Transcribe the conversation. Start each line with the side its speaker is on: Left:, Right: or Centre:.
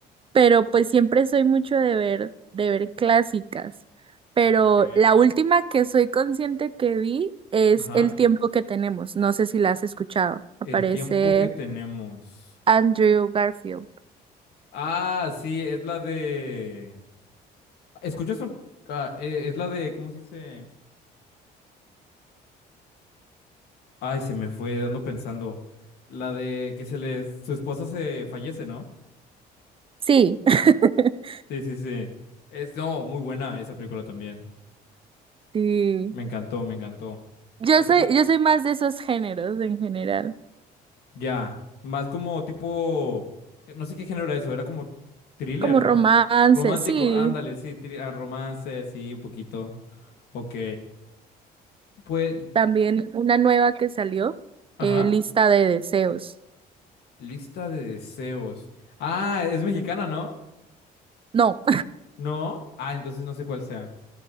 Right: pero pues siempre soy mucho de ver, de ver clásicas, pero
Left: Ok.
Right: la última que soy consciente que vi es
Left: Ajá.
Right: El tiempo que tenemos, no sé si la has escuchado, aparece
Left: El tiempo que tenemos.
Right: Andrew Garfield.
Left: Ah, sí, es la de... ¿Escuchas un... ah, eh, es la de... ¿Cómo se dice? Ay, se me fue dando pensando. La de que se les, su esposa se fallece, ¿no?
Right: Sí, <laughs>
Left: Sí, sí, sí. Es, no, muy buena esa película también.
Right: sí.
Left: Me encantó, me encantó.
Right: Yo
Left: Esa.
Right: soy, yo soy más de esos géneros en general,
Left: Ya. Más como tipo, no sé qué género era eso, era como thriller,
Right: como romance,
Left: ¿no? Romántico,
Right: sí,
Left: ándale, sí, tri- ah, romance, sí, un poquito. Ok. Pues,
Right: también una nueva que salió,
Left: ajá.
Right: eh, Lista de deseos.
Left: Lista de deseos. Ah, es mexicana, ¿no?
Right: No.
Left: ¿No? Ah, entonces no sé cuál sea.